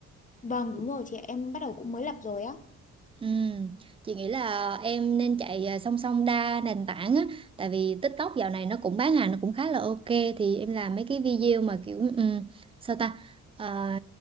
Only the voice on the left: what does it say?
Vâng đúng rồi chị em bắt đầu cũng mới lập rồi á